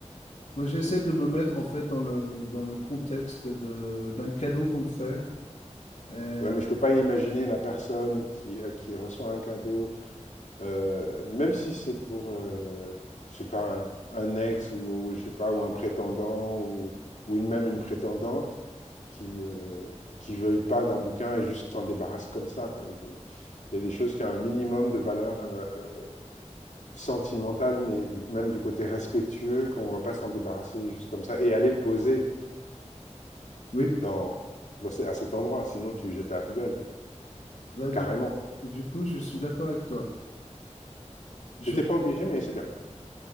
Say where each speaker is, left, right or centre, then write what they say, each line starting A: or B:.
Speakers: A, on the left; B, on the left.
A: Moi, j'essaie de me mettre en fait dans le, dans le contexte de, d'un cadeau qu'on me fait. Euh,
B: ouais, mais je peux pas imaginer la personne qui, heu, qui reçoit un cadeau, heu, même si c'est pour, heu, je sais pas, un un ex ou je sais pas, ou un prétendant ou ou une même une prétendante qui, heu, qui veuille pas d'un bouquin et juste s'en débarrasse comme ça, quoi. il y a des choses qui ont un minimum de valeur, heu sentimental, mais du, même du côté respectueux, qu'on va pas s'en débarrasser juste comme ça et aller le poser
A: oui,
B: dans, dans ce- à cet endroit. Sinon, tu le jettes à la poubelle, quoi.
A: là, du,
B: Carrément.
A: du coup, je suis d'accord avec toi. Je
B: T'étais
A: vais-
B: pas obligé, mais c'est bien.